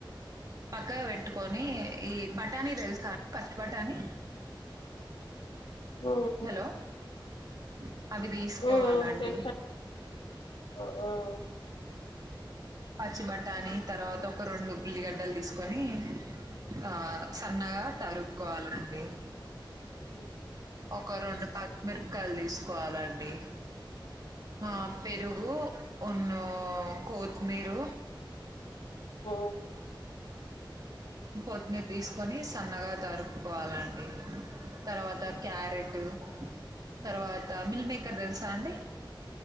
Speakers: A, on the right (about 45°); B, on the left (about 85°).
A: పక్కగా పెట్టుకొని ఈ బఠానీ తెలుస ఫస్ట్ బఠానీ
B: ఉమ్
A: హలో అ అవి తీసుకోవాలండి
B: ఉమ్ తెలుస ఉమ్
A: పచ్చి బట్టాని తర్వాత ఒక రెండు ఉల్లిగడ్డలు తీసుకొని ఆ సన్నగా తరుగు కాల్ అండి
B: ఉ
A: ఒక రెండు పాల్ మిరపకాయలు తీసుకోవాలండి. ఆ పెరుగు ఉన్న కొత్తిమీర్
B: కో
A: కొత్మీరు తీసుకొని సన్నగా తరుక్కోవాలండి. తర్వాత క్యారెట్ తర్వాత మిల్ మేకర్ తెలుసా అండి.